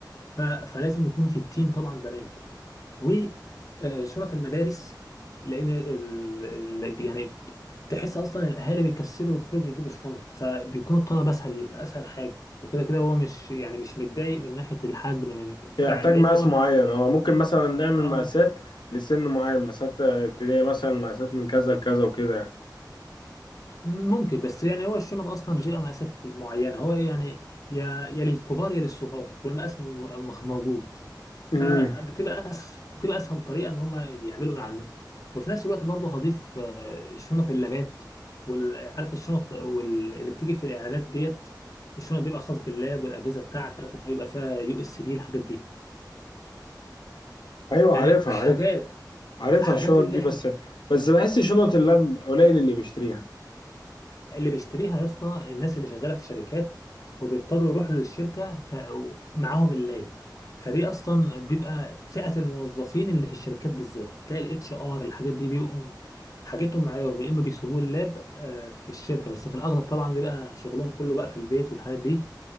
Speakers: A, on the left (about 45°); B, on the left (about 80°).
A: ف... فلازم يكون في التيم طبعا بنات وشنط المدارس لان ال... ال... يعني تحس اصلا الاهالي بيكسلوا يخرجوا يجيبوا شنط فبيكون الطلب اسهل اسهل حاجه وكده كده هو مش يعني مش متضايق من ناحيه الحجم من بتاع
B: يحتاج
A: لان
B: مقاس
A: هو
B: معين هو ممكن مثلا نعمل
A: اه
B: مقاسات لسن معين مقاسات ابتدائي مثلا مقاسات من كذا لكذا وكده يعني
A: ممكن بس يعني هو الشنط اصلا بتبقى مقاسات معينه هو يعني يا يا للكبار يا للصغار والمقاس م- مخ- موجود
B: امم
A: فبتبقى أس... بتبقى اسهل طريقه ان هم يعملوا من على النت وفي نفس الوقت برضه هضيف آه، شنط اللابات وعارف الشنط وال... اللي بتيجي في الاعلانات ديت الشنط بيبقى خاص باللاب والاجهزه بتاعتك ويبقى فيها يو اس بي الحاجات دي
B: ايوه
A: يعني
B: عارفها
A: حاجات
B: عارفها عارفها
A: حاجات
B: الشنط
A: اللي
B: دي
A: احنا
B: بس بس بحس شنط اللاب قليل اللي بيشتريها
A: اللي بيشتريها يا اسطى الناس اللي شغاله في شركات وبيضطروا يروحوا للشركه ف... معاهم اللاب فدي اصلا بيبقى فئه الموظفين اللي في الشركات بالذات تلاقي الاتش ار الحاجات دي بيبقوا حاجتهم معاهم يا اما بيسيبوه اللاب آه، في الشركه بس في الاغلب طبعا بيبقى شغلهم كله بقى في البيت والحاجات دي